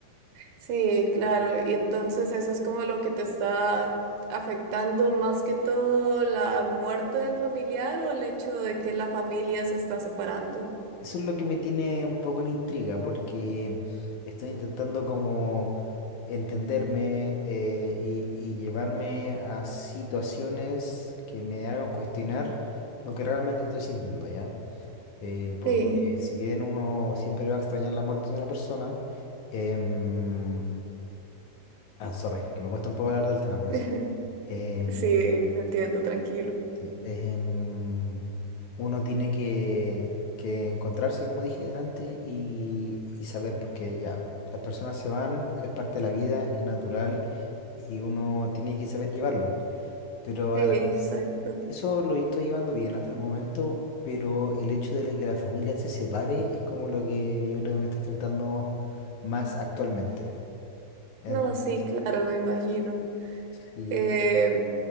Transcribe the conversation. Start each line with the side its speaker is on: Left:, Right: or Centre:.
Right: Sí, claro. Y entonces eso es como lo que te está afectando más que todo la muerte del familiar o el hecho de que la familia se está separando.
Left: Eso es lo que me tiene un poco en intriga, porque estoy intentando como entenderme eh, y, y llevarme a situaciones que me hagan cuestionar lo que realmente estoy sintiendo, ¿ya? Eh, porque
Right: Sí,
Left: si bien uno siempre va a extrañar la muerte de una persona, em, ah, sorry, que me cuesta un poco hablar del tema por
Right: <laughs>
Left: eso. Em,
Right: sí, te entiendo, tranquilo.
Left: Sí, em, uno tiene que, que encontrarse, como dije delante, y, y saber, porque ya, las personas se van, es parte de la vida, es natural, y uno tiene que saber llevarlo. Pero
Right: Sí,
Left: a la vez,
Right: exacto.
Left: eso lo estoy llevando bien hasta el momento, pero el hecho de que la familia se separe es como lo que yo creo que me está afectando más actualmente. En-
Right: No, sí, claro, me imagino.
Left: sí,
Right: Eh,